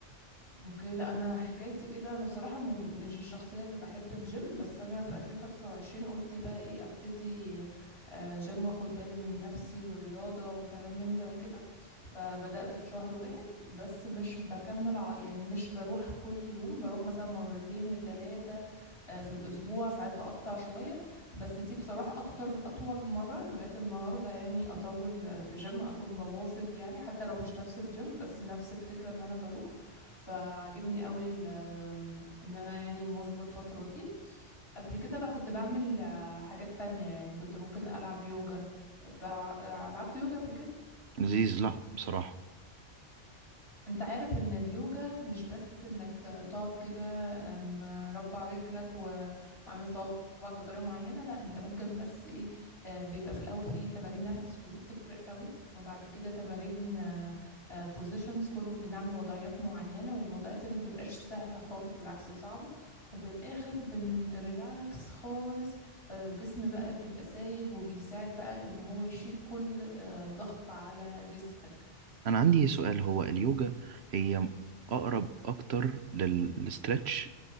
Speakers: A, on the left (about 55°); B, on the right (about 60°).
A: اوكي لا انا حكايتي كده انا بصراحه م- مش الشخصيه اللي بحب الجيم بس انا في 2025 قلت بقى ايه ابتدي آه، جيم واخد بالي من نفسي والرياضه وكلام من ده وكده فبدات في شهر واحد بس مش بكمل ع- يعني مش بروح كل يوم بروح مثلا مرتين لثلاثه في الاسبوع ساعات بقطع شويه بس دي بصراحه اكتر اطول مره لغايه النهارده يعني اطول آه، في جيم اكون بواظب يعني حتى لو مش نفس الجيم بس نفس الفكره ان انا بروح فعجبني قوي ال- ان انا يعني مواظبه الفتره دي قبل كده بقى كنت بعمل آه، حاجات تانية يعني كنت ممكن العب يوجا تع- آه، لعبت يوجا قبل كده
B: لذيذ لأ بصراحة
A: انت عارف ان اليوجا مش بس انك تقعد كده ام، مربع رجلك و- وعامل صوابعك بطريقه معينه لا انت ممكن بس ايه اه، بيبقى في الاول في تمارين نفس ودي بتفرق قوي وبعد كده تمارين بوزيشنز كله بنعمل وضعيات معينه والوضعيات دي ما بتبقاش سهله خالص بالعكس صعبه وفي الاخر بنريلاكس خالص فالجسم بقى بيبقى سايب وبيساعد بقى ان هو يشيل كل اه، ضغط على جسمك
B: انا عندي سؤال هو اليوجا هي اقرب اكتر للستريتش